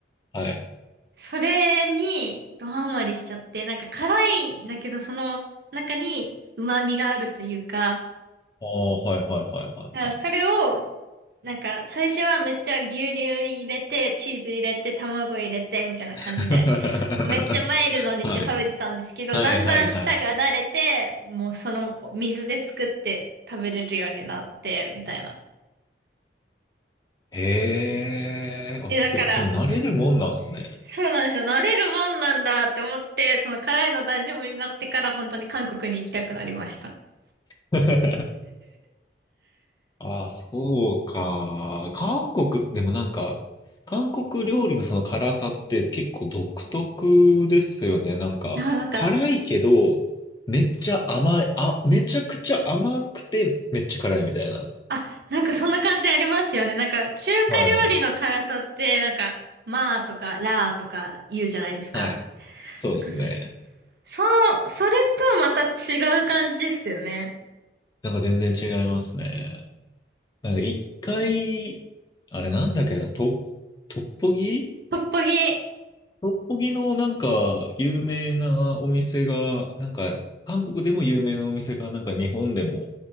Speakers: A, on the left (about 20°); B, on the right (about 60°).
A: はい。
B: それにドハマりしちゃって、なんか辛いんだけど、その中に旨味があるというか、
A: ああ、はいはいはいはいはい。
B: だからそれを、なんか最初はめっちゃ牛乳入れて、チーズ入れて、卵入れて、みたいな感じで、
A: <laughs>
B: めっちゃマイルドにして食べてたんですけど、
A: はい。はいはいはい。
B: だんだん舌が慣れて、もうその水で作って食べれるようになって、みたいな。
A: へえ、あ、
B: え、
A: すごい、
B: だから、
A: そう、慣れるもんなんですね。
B: そうなんですよ。慣れるもんなんだって思って、その辛いの大丈夫になってから本当に韓国に行きたくなりました。<laughs>
A: <laughs> ああ、そうか。韓国でもなんか、韓国料理のその辛さって結構独特ですよね。なんか、
B: あ、なんか、
A: 辛いけど、めっちゃ甘い、あ、めちゃくちゃ甘くて、めっちゃ辛いみたいな。
B: あ、なんかそんな感じありますよね。なんか中華料理の辛さって、
A: はいはい。
B: なんか、まあとか、らーとか言うじゃないですか。
A: はい。そうですね。
B: なんかそ、そう、それとまた違う感じですよね。
A: なんか全然違いますね。なんか一回、あれなんだっけな、ト、トッポギ
B: トッポギ。え、
A: 六本木のなんか有名なお店が、なんか韓国でも有名なお店がなんか日本でも